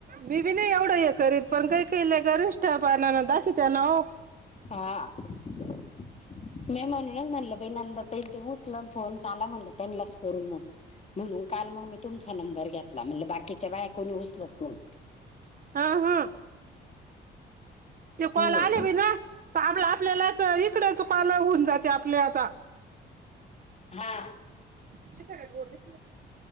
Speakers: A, on the right; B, on the left.
A: मीबी नाही एवढं हे करीत. पण कायी कायी लई गर्विष्ठ पानाना दाखवित्याना हो.
B: हा <inaudible> मी म्हणूनच म्हणलं नंद ताईंन ते उसलन फोन चाला म्हणलं त्यांनाच करू मग म्हणून काल मग मी तुमचा नंबर घेतला. म्हणल बाकीच्या बाया कोणी उचलत नाही.
A: हा हा त्यो कॉल
B: हम्म
A: आले भी ना तर आपलं आपल्यालाच इकडे च कॉल होऊन जाते. आपल्या आता
B: हा
A: एखाद गोर दिस